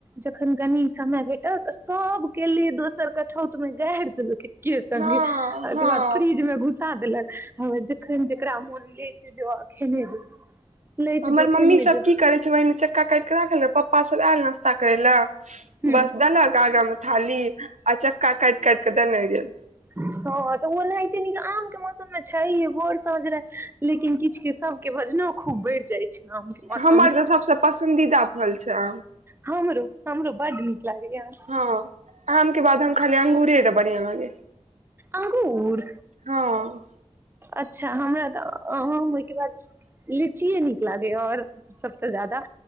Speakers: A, on the right; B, on the right.
A: जखन गनी समय भेट तैं सबके ले दोसर कठौत मे गारि देलके की ये संगी
B: हँ
A: ओय
B: हँ
A: के बाद फ्रिज मे घुस कहाँ देलक हमर जखन जकरा मोन लेके जो आ खेने जो लैत
B: हमर
A: जो
B: मम्मी
A: खेने
B: सब
A: जो
B: की करै छै ओहिने चक्का काटि के राखल रहे पप्पा सभ आयल नाश्ता करै ले
A: ह
B: बस देलक आगा मे थाली आ चक्का काटि काटि के देने गेल
A: हँ त ओनहिते आम के मौसम मे छै भोर स साँझ राइत लेकिन किछु के सब के भोजनो खूब बढ़ि जाय छै आम के मौसम
B: हमर
A: मे
B: त सबसँ पसन्दीदा फल छै आम
A: हमरो हमरो बड्ड नीक लागै ये
B: हँ आम के बाद हम खाली अंगुरे त बढ़िआं लागे हे
A: अंगूर
B: हँ
A: अच्छा हमरा तऽ हम ओयके बाद लीचीये नीक न लागैया और सबसँ ज्यादा